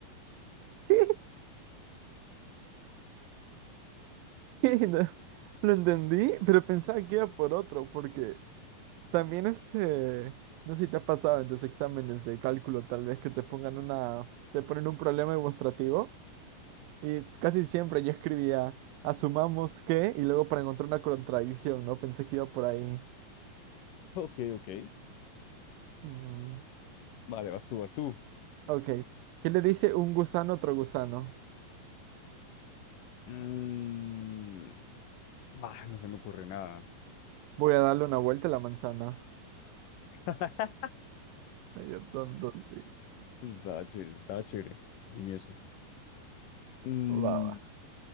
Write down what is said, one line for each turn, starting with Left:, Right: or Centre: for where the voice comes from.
Right: ¿Qué? ¿Qué? No, Lo entendí, pero pensaba que iba por otro, porque también este, no sé si te ha pasado en tus exámenes de cálculo, tal vez que te pongan una, te ponen un problema demostrativo, y casi siempre yo escribía, asumamos que, y luego para encontrar una contradicción, ¿no? Pensé que iba por ahí.
Left: Ok, ok,
Right: Mm,
Left: vale, vas tú, vas tú.
Right: ok. ¿Qué le dice un gusano a otro gusano?
Left: Mm, bah, no se me ocurre nada.
Right: Voy a darle una vuelta a la manzana.
Left: <laughs>
Right: Medio tonto, sí.
Left: Estaba chévere, estaba chévere, ingenioso. Mm,
Right: Va, va.